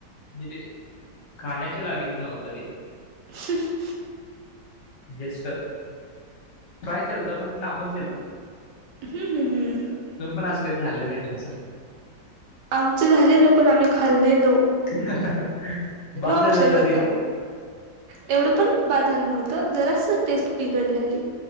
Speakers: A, on the left; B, on the right.
A: म्हणजे ते खाण्याच्या लागीच नव्हतं ते
B: <unintelligible>
A: गेस्ट ट्राय केलता पण टाकून दिल.
B: हम्म हम्म हम्म
A: तुम्हीपण अस कधी झाल नाही तुमचं
B: आमचं झालेल पण आम्ही खाल्लेलो.
A: <unintelligible>
B: नो ऑप्शन
A: झालेल तरी
B: होत. एवढं पण बाद झालं नव्हतं जरास टेस्ट बिघडलेली.